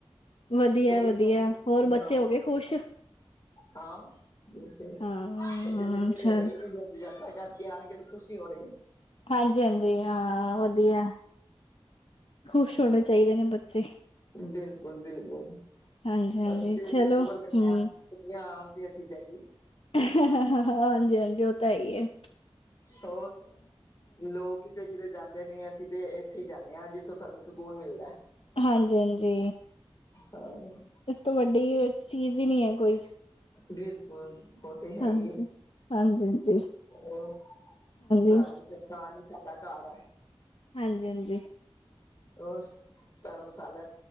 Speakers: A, on the left; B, on the left.
A: ਵਧੀਆ-ਵਧੀਆ
B: ਇਥੋਂ
A: ਹੋਰ ਬੱਚੇ
B: ਹਾਂ
A: ਹੋ ਗਏ ਖੁਸ਼
B: ਹਾਂ ਓ ਤੇ ਹੈ
A: ਹਾਂ
B: ਬਚਿਆਂ ਨੇ ਤੇ ਖੁਸ਼
A: ਚੱਲ
B: ਹੋਣੇ ਨੇ। ਯਾਤਰਾ ਕਰਕੇ ਆਣਗੇ ਤੇ ਖੁਸ਼ ਈ ਹੋਣਗੇ।
A: ਹਾਂਜੀ-ਹਾਂਜੀ ਹਾਂ ਵਧੀਆ ਖੁਸ਼ ਹੋਣੇ ਚਾਹੀਦੇ ਨੇ ਬੱਚੇ
B: ਬਿਲਕੁਲ- ਬਿਲਕੁਲ
A: ਹਾਂਜੀ-ਹਾਂਜੀ
B: ਅਸੀ ਤੇ
A: ਚਲੋ
B: ਸ਼ੁਕਰ
A: ਹੂੰ
B: ਕਰਨੇ ਆ ਜੇ ਆਣ ਤੇ ਅਸੀਂ ਜਾਈਏ।
A: ਹਾਂ ਹਾਂਜੀ-ਹਾਂਜੀ ਓ ਤੇ ਹੈ ਈ ਏ।
B: ਹੋਰ ਲੋਕ ਕਿਤੇ-ਕਿਤੇ ਜਾਂਦੇ ਨੇ ਅਸੀਂ ਤੇ ਉੱਥੇ ਹੀ ਜਾਂਣੇ ਆਂ ਜਿੱਥੋਂ ਸਾਨੂੰ ਸਕੂਨ ਮਿਲਦਾ।
A: ਹਾਂਜੀ-ਹਾਂਜੀ
B: ਹਾਂ
A: ਇਸ ਤੋਂ ਵੱਡੀ ਚੀਜ਼ ਈ ਨੀ ਹੈ ਕੋਈ
B: ਬਿਲਕੁਲ। ਉਹ ਤੇ ਹੈ
A: ਹਾਂਜੀ।
B: ਈ ਏ
A: ਹਾਂਜੀ-ਹਾਂਜੀ, ਹਾਂਜੀ
B: ਉਹ ਧਾਰਮਿਕ
A: ਹਾਂਜੀ
B: ਅਥਾਨ ਸਾਡਾ ਘਰ ਹੈ।
A: ਹਾਂਜੀ, ਹਾਂਜੀ।
B: ਹੋਰ ਧਰਮ ਮਸਾਲਾ